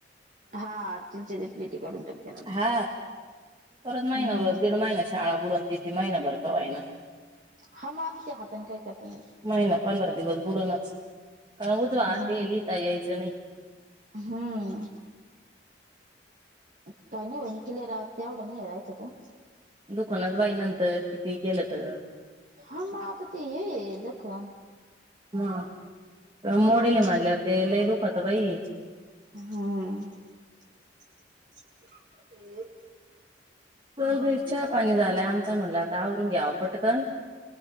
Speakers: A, on the right (about 40°); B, on the right (about 25°).
A: हा तिलच्या ते प्लेटी काढून टाकते ना आता
B: हा परत महिना
A: हम्म
B: - दीड महिना शाळा बुडून त माहिना बर कावाय ना
A: हा मग आता त्या हाताने काय करता नाही येत.
B: महिना पंधरा दिवस बुडून कारण उजवा
A: हा
B: ते लिता ययचे नाहीय
A: हम्म काही नाही होईन किलेर तेवढा नाही हेरायच तू
B: दुकानात जाई नंतर किती गेलं तर
A: हा म आता ते हे ये जखम
B: हा मोडेल
A: किती
B: म्हणल्याव
A: केली
B: ते लय दुखत बाई
A: हम्म
B: चल
A: बरे
B: ग चहा पाणी झालंय आमचा म्हणला आता आवरून घ्याव पटकन